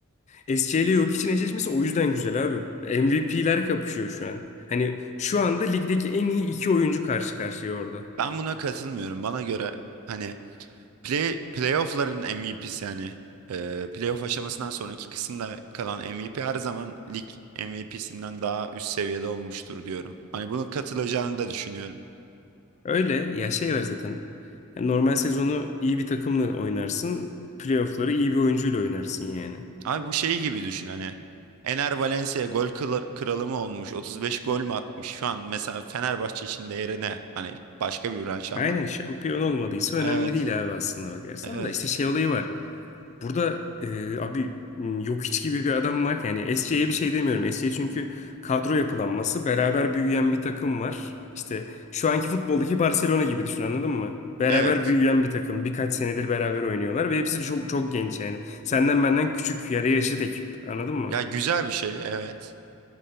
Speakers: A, on the left; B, on the right.
A: SC ile Jokic'in eşleşmesi o yüzden güzel abi. MVP'ler kapışıyor şu an. Hani şu anda ligdeki en iyi iki oyuncu karşı karşıya orada.
B: Ben buna katılmıyorum. Bana göre hani Play, playoff'ların MVP'si yani. Ee, playoff aşamasından sonraki kısımda kalan MVP her zaman lig MVP'sinden daha üst seviyede olmuştur diyorum. Hani bunu katılacağını da düşünüyorum.
A: Öyle ya şey var zaten. Yani normal sezonu iyi bir takımla oynarsın. Playoff'ları iyi bir oyuncuyla oynarsın yani.
B: Abi bu şey gibi düşün hani. Ener Valencia gol kıla- kralı mı olmuş? 35 gol mü atmış? Şu an mesela Fenerbahçe için değeri ne? Hani başka bir branş ama.
A: Aynen şampiyon olmadıysa önemli
B: Evet.
A: değil abi aslında bakarsan
B: Evet.
A: da. işte şey olayı var. Burada e, abi m, yok hiç gibi bir adam var ki. Yani SC'ye bir şey demiyorum. SC çünkü kadro yapılanması beraber büyüyen bir takım var. İşte şu anki futboldaki Barcelona gibi düşün anladın mı? Beraber
B: Evet.
A: büyüyen bir takım. Birkaç senedir beraber oynuyorlar ve hepsi çok çok genç yani. Senden benden küçük yarı yaşıt ekip anladın mı?
B: Ya güzel bir şey. Evet.